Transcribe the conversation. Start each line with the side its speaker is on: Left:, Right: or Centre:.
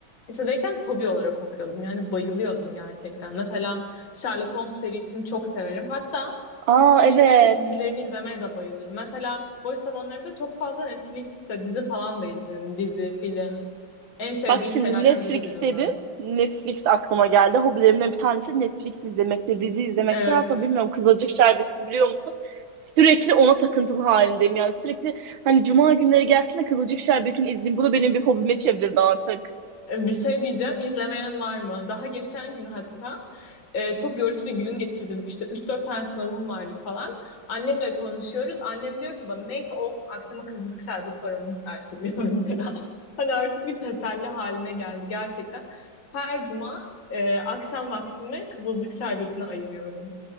Left: Lisedeyken hobi olarak okuyordum. Yani bayılıyordum gerçekten. Mesela Sherlock Holmes serisini çok severim. Hatta
Right: Aa
Left: filmlerini,
Right: evet.
Left: dizilerini izlemeye de bayılırım. Mesela boş zamanlarımda çok fazla Netflix işte dizi falan da izlerim. Dizi, film. En sevdiğim
Right: Bak şimdi
Left: şeylerden
Right: Netflix
Left: biridir o
Right: dedin.
Left: da.
Right: Netflix aklıma geldi. Hobilerimden bir tanesi Netflix izlemektir, dizi izlemektir.
Left: Evet.
Right: Hatta bilmiyorum Kızılcık Şerbeti'ni biliyor musun? Sürekli ona takıntılı halindeyim. Yani sürekli hani cuma günleri gelsin de Kızılcık Şerbeti'ni izleyeyim. Bu da benim bir hobime çevrildi artık.
Left: Bir şey diyeceğim. izlemeyen var mı? Daha geçen gün hatta e, çok yorucu bir gün geçirdim. İşte üç dört tane sınavım vardı falan. Annemle konuşuyoruz. Annem diyor ki bana neyse olsun akşama kızılcık şerbeti var onu izlersin diyor mesela. <laughs> Hani artık bir teselli haline geldi gerçekten. Her cuma e, akşam vaktimi kızılcık şerbetine ayırıyorum.